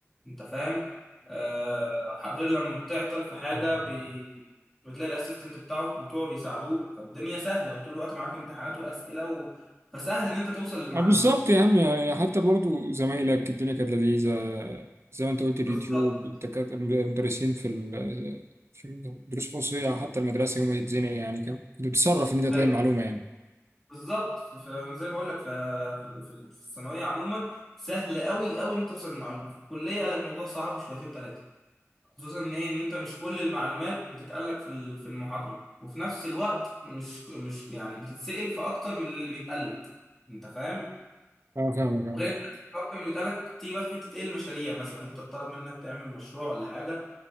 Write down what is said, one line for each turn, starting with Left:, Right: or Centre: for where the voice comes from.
Centre: انت فاهم آه غير لما بتعطل في حاجه
Right: مم.
Centre: بي... بتلاقي الاسيستنت بتاعه بتوعه بيساعدوك فالدنيا سهله وطول الوقت معاك امتحانات واسئله و... فسهل ان انت توصل للمعلومه
Right: اه بالظبط يا عم يعني حتى برضو زمايلك الدنيا كانت لذيذة زي ما انت قلت اليوتيوب
Centre: بالظبط
Right: الدكاترة المدرسين في ال- في الدروس الخصوصية أو حتى المدرسة يوم ما تتزنق يعني كان- كنت بتتصرف إن أنت
Centre: ايوه
Right: تلاقي معلومة يعني
Centre: بالظبط ف- ف- زي ما بقول لك ف... في في الثانويه عموما سهل قوي قوي ان انت توصل للمعلومه في الكليه لا الموضوع صعب شويتين ثلاثه خصوصا ان ايه ان انت مش كل المعلومات بتتقال لك في ال- في المحاضره وفي نفس الوقت مش مش يعني بتتسال في اكتر من اللي بيتقال لك انت فاهم
Right: اه فاهمك اه
Centre: وغير انت اكتر من بيتقال لك تيجي بقى في حته ايه المشاريع مثلا انت اتطلب منك تعمل مشروع ولا حاجه